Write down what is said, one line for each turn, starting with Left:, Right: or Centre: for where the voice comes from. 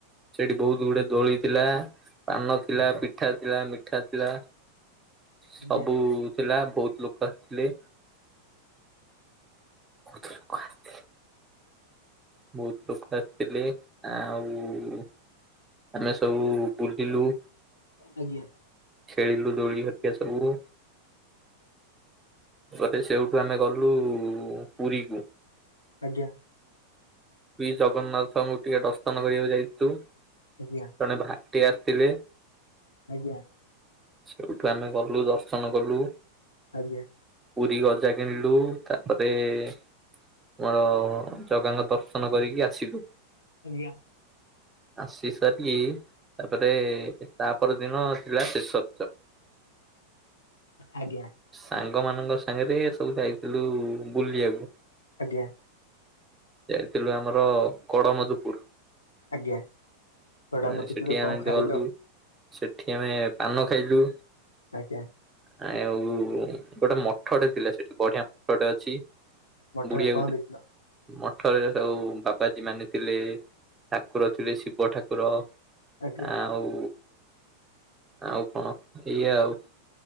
Right: ସେଠି ବହୁତ ଦୁଡ ଦୋଳି ଥିଲା ପାନ ଥିଲା
Left: ଆଜ୍ଞା ଆଜ୍ଞା
Right: ପିଠା ଥିଲା ମିଠା ଥିଲା ସବୁ
Left: ଆଜ୍ଞା
Right: ଥିଲା ବହୁତ ଲୋକ ଆସିଥିଲେ ତ କ ବହୁତ ଲୋକ ଆସିଥିଲେ ଆଉ ଆମେ ସବୁ ବୁଲିଲୁ
Left: ଆଜ୍ଞା ଆଜ୍ଞା
Right: ଛେଳିରୁ ଦୌଡି ହତ୍ୟା ସବୁ ଗଟେ ସେଇଠୁ ଆମେ ଗଲୁ ପୁରୀ କ
Left: ଆଜ୍ଞା
Right: ବି ଜଗନ୍ନାଥଙ୍କୁ ଟିକେ ଦର୍ଶନ କରିବାକୁ ଯାଇଛୁ
Left: ଆଜ୍ଞା ଆଜ୍ଞା
Right: ଜଣେ ଭାଇଟି ଆସିଥିଲେି
Left: ଆଜ୍ଞା
Right: ସେଇଠୁ ଆମେ ଗଲୁ ଦର୍ଶନ କଲୁ
Left: ଆଜ୍ଞା
Right: ପୁରୀ ଗଜା କିଣିଲୁ ତାପରେ ରେ ଆମର ଜଗାଙ୍କ ଦର୍ଶନ କରିକି ଆସିବୁ
Left: ଆଜ୍ଞା।
Right: ଅଶୀ ସାର କି? ତାପରେ ତାପ ଦିନ ଥିଲା ଶେଷତ
Left: ଆଜ୍ଞା
Right: ସାଙ୍ଗ ମାନଙ୍କ ସାଙ୍ଗରେ ସବୁ ଯାଇ ଥିଲୁ ବୁଲିିବାକୁ
Left: ଆଜ୍ଞା
Right: ଯାଇଥିଲୁ ଆମର କଡମଧୁପୁର।
Left: ଆଜ୍ଞା। ବଡ ମଧୁପୁରରେ
Right: ସେଠି
Left: କଣ
Right: ଆମେ
Left: ଖାଇଲ?
Right: ଗଲୁ ସେଠି ଆମେ ପାନ ଖାଇଲୁ
Left: ଆଜ୍ଞା।
Right: ଆ ଆଉ ଗୋଟେ ମଠଟେ ଥିଲା ସେଠି ବଢିଆ ମଠଟେ ଅଛି
Left: ମଠରେ
Right: ବୁଢୀଆକୁ
Left: କଣ ଦେଖିଲ?
Right: ମଠରେ ସବୁ ବାବାଜୀ ମାନେ ଥିଲେ ଠାକୁର ଥିଲେ ଶିବ ଠାକୁର
Left: ଆଜ୍ଞା
Right: ଆଉ ଆଉ କଣ ଏଇଆ ଆଉ।